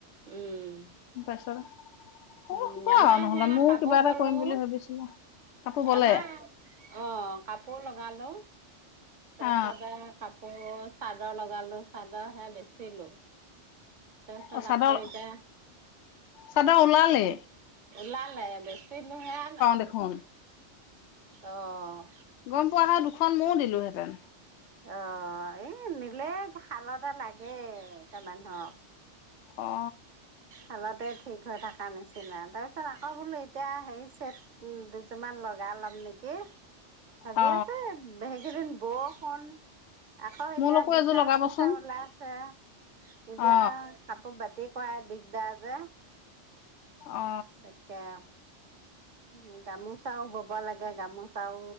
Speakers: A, on the right (about 45°); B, on the left (about 70°).
A: উম
B: তাৰপিছত অ
A: উম
B: হ'ব
A: আমাৰ
B: আৰু নহ'লে
A: সেয়া
B: ময়ো
A: কাপোৰ
B: কিবা এটা
A: বুলোঁ
B: কৰিম বুলি ভাবিছিলো কাপোৰ বলে
A: আমাৰ অঃ কাপোৰ লগালোঁ ত
B: অ
A: চজাই কাপ। পৌ চাদৰ লগালো চাদৰ হৈয়া বেচিলো। তাৰপিছত
B: অ', চাদৰ
A: আকৌ এতিয়া
B: চাদৰ ওলালে।
A: ওলালে। বেছি নুহে ন
B: দেখোন
A: অ',
B: গম পোৱা আহা দুখন ময়ও দিলোহেঁতেন।
A: অ ', এই নিলে খাল এটা লাগে এটা মানুহক
B: অ
A: আলতে ঠিক হৈ থকা নিচিনা তাৰপিছত আকৌ বোলো এতিয়া হেই চেট দুযোৰমান লগাই ল'ম নেকি ভাবি
B: অ
A: আছে হে গৰেণ ব অন আকৌ এতিয়া
B: মোলৈকো
A: বিশাস
B: এযোৰ লগাবচোন
A: চোচা ওলাই আছে। এয়া
B: অ
A: কাপ বতি পায় দিগদাৰ যে।
B: অ
A: একে উ গামোচাও বব লাগে গামোচাও